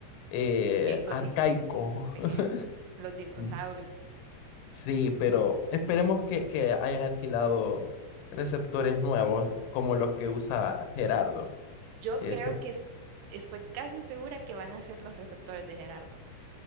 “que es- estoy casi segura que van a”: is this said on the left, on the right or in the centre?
Right